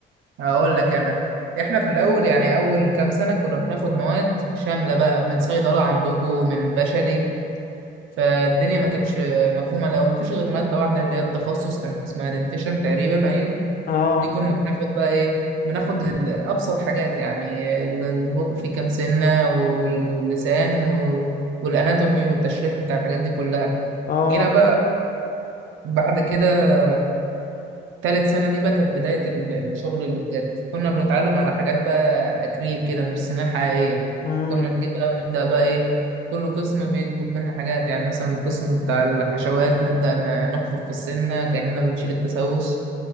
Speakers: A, on the right; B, on the left.
A: هقول لك أنا إحنا في الأول يعني أول كام سنة كنا بناخد مواد شاملة بقى من صيدلة عندكم من بشري فالدنيا ما كانتش مفهومة الأول مفيش غير مادة واحدة اللي هي التخصص كان اسمها دنتيشن تقريبا أيوه
B: اه
A: دي كنا بناخد بقى ايه بناخد ال- ابسط حاجات يعني ال- البق في كام سنه وال- واللسان و- والاناتومي والتشريح بتاع الحاجات دي كلها
B: اه
A: جينا بقى بعد كده تالت سنه دي بقى كانت بدايه ال- الشغل اللي بجد كنا بنتعلم على حاجات بقى اكريل كده مش سنان حقيقيه
B: امم
A: كنا نجي بقى ونبدا بقى ايه كل قسم بيطلب منا حاجات يعني مثلا القسم بتاع الحشوات نبدا ن- نحفر في السنه كاننا بنشيل التسوس